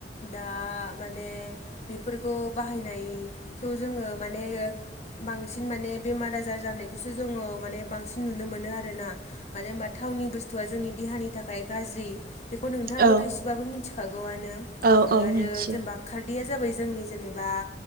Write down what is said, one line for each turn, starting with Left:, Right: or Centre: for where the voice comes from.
Left: दा माने बेफोरखौ बाहायनायखौ जोङो माने बांसिन बांसिन माने बेमार आजार जानायखौसो जोङो माने बांसिन नुनो मोनो आरो ना मान हबा थावनि बुस्थु बुस्थुआ जोंनि देहानि थाखाय गाज्रि बेखौ नोंथाङाबोथ'
Right: औ
Left: एसेबाबो मिथिखागौआनो
Right: औ औ
Left: आरो
Right: मिथियो
Left: जेनेबा खारदैया जाबाय जोंनि जेनेबा